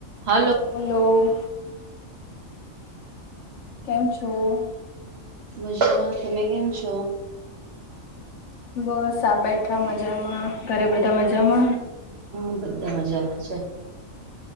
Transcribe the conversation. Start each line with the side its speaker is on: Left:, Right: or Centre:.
Right: હાલો.
Left: Hello કેમ છો?
Right: મજુંમાં તમે કેમ છો?
Left: બસ આ બેઠા મજામાં ઘરે બધા મજામાં?
Right: હા બધા મજામાં છે.